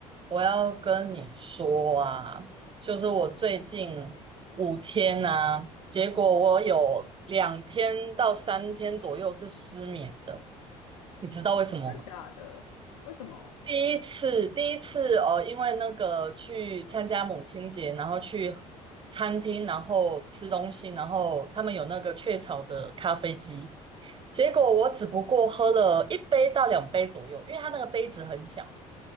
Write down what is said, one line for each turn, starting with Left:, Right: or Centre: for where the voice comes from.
Right: 我要跟你说啊，就是我最近五天啊，结果我有两天到三天左右是失眠的，你知道为什么吗？
Left: 真的假的？为什么？
Right: 第一次，第一次哦，因为那个去参加母亲节，然后去餐厅，然后吃东西，然后他们有那个雀巢的咖啡机，结果我只不过喝了一杯到两杯左右，因为它那个杯子很小，